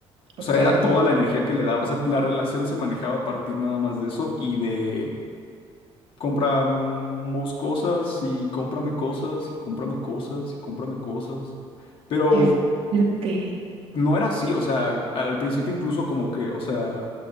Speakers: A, on the left; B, on the right.
A: O
B: ok.
A: sea, era toda la energía que le daba, o sea, la relación se manejaba a partir nada más de eso y de Compramos cosas y cómprame cosas y cómprame cosas y cómprame cosas. Pero
B: Qué fuerte.
A: no era así, o sea, al principio incluso como que, o sea,